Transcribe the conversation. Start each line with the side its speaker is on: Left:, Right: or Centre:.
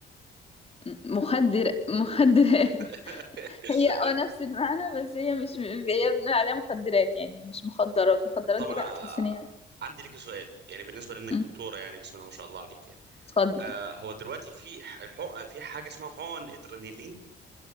Left: م- مخدر مخدرات
Right: <laughs>
Left: <laughs> هي اه نفس المعنى بس هي مش هي بنقول عليها مخدرات يعني مش مخدرات مخدرات
Right: طب
Left: دي
Right: انا
Left: بقى تحس ان هي
Right: عندي لك سؤال يعني بالنسبه لانك
Left: مم.
Right: دكتوره يعني بسم الله ما شاء الله عليك يعني
Left: اتفضل
Right: آه هو دلوقتي في ح- الحق في حاجه اسمها حقن ادرينالين